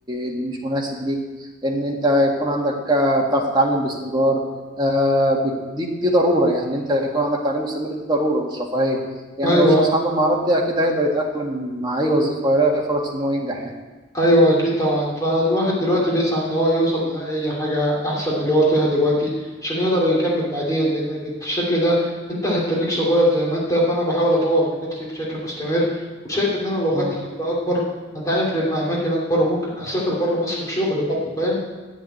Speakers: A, on the right; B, on the left.
A: اللي مش مناسب ليك ان انت يكون عندك آه، بتعرف تتعلم باستمرار آه، بيك- دي دي ضروره يعني انت يكون عندك تعليم مستمر دي ضروره مش رفاهيه يعني
B: ايوه
A: لو الشخص عنده المهارات دي اكيد هيقدر يتاقلم مع اي وظيفه ويلاقي فرص ان هو ينجح يعني
B: ايوه اكيد طبعا فالواحد دلوقتي بيسعى ان هو يوصل لاي حاجه احسن من اللي هو فيها دلوقتي عشان يقدر يكمل بعدين لان بالشكل ده انت هتتنيك صغير زي ما انت فانا بحاول اطور من نفسي بشكل مستمر وشايف ان انا لو خدت
A: مم.
B: خبره اكبر هتعين في اماكن اكبر وممكن اسافر بره مصر في شغل برضه فاهم